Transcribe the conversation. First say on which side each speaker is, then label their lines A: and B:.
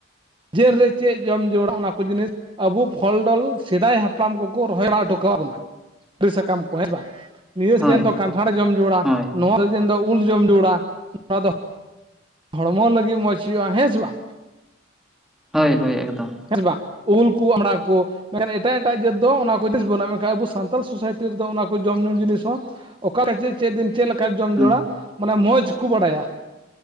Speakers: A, on the right (about 25°); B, in the centre.
A: ᱡᱮᱱ ᱨᱮ ᱪᱮᱫ ᱡᱚᱢ ᱡᱩᱲᱟ ᱚᱱᱟᱠᱚ ᱡᱤᱱᱤᱥ, ᱟᱵᱚ ᱯᱷᱚᱞᱰᱚᱞ ᱥᱮᱫᱟᱭ ᱦᱟᱯᱲᱟᱢ ᱠᱚᱠᱚ ᱨᱚᱦᱚᱭ ᱵᱟᱲᱟ ᱦᱚᱴᱚ ᱠᱟᱫ ᱵᱚᱱᱟ, ᱛᱨᱤ ᱥᱟᱠᱟᱢ ᱠᱚ ᱦᱮᱸ ᱵᱟᱝ ᱱᱤᱭᱟᱹ
B: ᱦᱳᱭ
A: ᱥᱤᱡᱤᱱ ᱫᱚ ᱠᱟᱱ ᱴᱷᱟᱲ ᱡᱚᱢ ᱡᱩᱲᱟ
B: ᱦᱳᱭ
A: ᱱᱚᱣᱟ ᱥᱤᱡᱤᱱ ᱫᱚ ᱩᱞ ᱡᱚᱢ ᱡᱩᱲᱟ ᱱᱚᱣᱟ ᱫᱚ ᱦᱚᱲᱢᱚ ᱞᱟᱹᱜᱤᱫ ᱢᱚᱸᱡᱽ ᱦᱩᱭᱩᱜᱼᱟ ᱦᱮᱸ ᱥᱮ ᱵᱟᱝ,
B: ᱦᱳᱭ ᱦᱳᱭ ᱮᱠᱫᱚᱢ,
A: ᱦᱮᱸ ᱥᱮ ᱵᱟᱝ ᱩᱞᱠᱩ ᱟᱢᱲᱟ ᱠᱚ, ᱢᱮᱱᱠᱷᱟᱱ ᱮᱴᱟᱜ ᱮᱴᱟᱜ ᱡᱟᱹᱛ ᱫᱚ ᱚᱱᱟ ᱠᱚ ᱡᱤᱥ ᱵᱟᱹᱱᱩᱜᱼᱟ ᱢᱮᱱᱠᱷᱟᱱ ᱟᱵᱚ ᱥᱟᱱᱛᱟᱲ ᱥᱳᱥᱟᱭᱴᱤ ᱨᱮᱫᱚ ᱚᱱᱟ ᱠᱚ ᱡᱚᱢᱼ ᱧᱩᱩ ᱡᱤᱱᱤᱥ ᱦᱚᱸ, ᱚᱠᱟᱨᱮ ᱡᱮ ᱪᱮᱫ ᱫᱤᱱ ᱪᱮᱫ ᱞᱮᱠᱟ ᱡᱚᱢ
B: ᱦᱩᱸ
A: ᱡᱚᱲᱟ ᱢᱟᱱᱮ ᱢᱚᱡᱽ ᱠᱩ ᱵᱟᱰᱟᱭᱟ